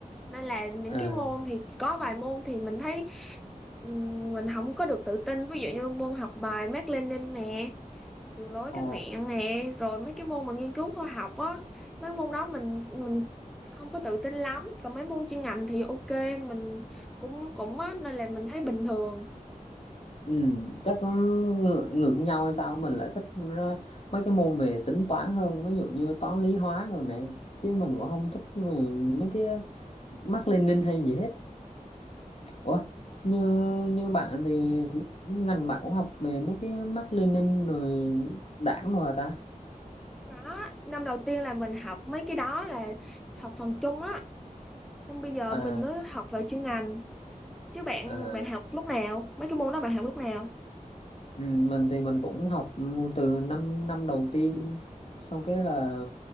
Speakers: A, in the centre; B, on the left.
A: Nên là những
B: à,
A: cái môn thì có vài môn thì mình thấy ừ, mình không có được tự tin. Ví dụ như môn học bài Mác Lênin nè đường lối
B: ờ,
A: cách mạng nè rồi mấy cái môn mà nghiên cứu khoa học á mấy môn đó mình mình không có tự tin lắm còn mấy môn chuyên ngành thì ok mình cũng cũng á nên là mình thấy bình thường
B: ừ, chắc nó ngược, ngược nhau hay sao mình lại thích ờ, mấy cái môn về tính toán hơn ví dụ như toán lý hóa rồi nè chứ mình cũng không thích về mấy cái mác Lênin hay gì hết ủa như như bạn thì ngành bạn cũng học về mấy cái mác Lênin rồi đảng rồi hả ta
A: đó năm đầu tiên là mình học mấy cái đó là học phần chung á xong bây giờ
B: à
A: mình mới học về chuyên ngành chứ bạn
B: à
A: bạn học lúc nào mấy cái môn đó bạn học lúc nào
B: Ừ, mình thì mình cũng học từ năm năm đầu tiên xong cái là